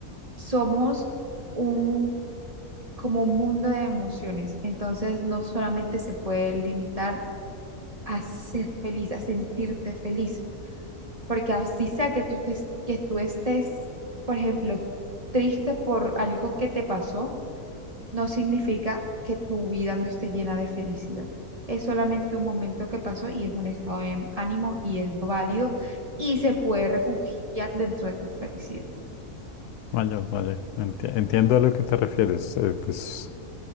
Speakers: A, on the right; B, on the left.
A: somos un como un mundo de emociones. Entonces, no solamente se puede limitar a ser feliz, a sentirte feliz porque así sea que tú, te- que tú estés, por ejemplo, triste por algo que te pasó, no significa que tu vida no esté llena de felicidad. Es solamente un momento que pasó y es un estado de ánimo y es válido y se puede refugiar dentro de tu felicidad.
B: Vaya, vaya, enti- entiendo a lo que te refieres. Eh, pues